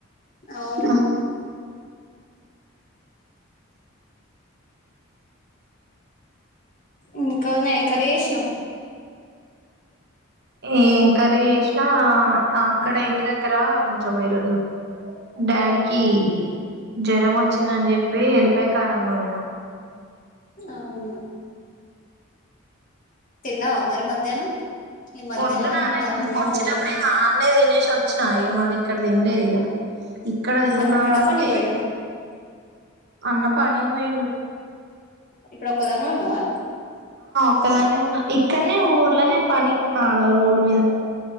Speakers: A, on the left; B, on the right.
A: అవును
B: హ్మ్
A: ఇంక్ వదిన ఏం కర్రీ చేస్తన్నావ్
B: ఏం కర్రీ చేసినా అక్కడ ఇంటి దగ్గర కొంచెం ఈరోజు డాడీకి జ్వరం వచ్చిందని, చెప్పి వెళ్ళపై కారం నూరిన
A: అవును తిన్నావా మరి మధ్యాహ్నం ఈ మధ్యాహ్నం
B: పొద్దునా నేన్
A: పదకొండు
B: వచ్చేటప్పుడే
A: అయితుంది
B: <unintelligible> <unintelligible> వినేష్ వచ్చినాయో మల్లికా ఇక్కడ తిన్లేద్ ఇగా ఇక్కడ తిన్నామంటే
A: అన్న ఉన్నాడా పనికి పోయిండా
B: అన్న పని పోయిండు
A: ఇప్పుడు ఒకదాన్వి ఉన్నావా
B: ఒక్కదానే ఉన్నా ఇక్కడనే ఊర్లోనే పని ఆడ రోడ్డు మీద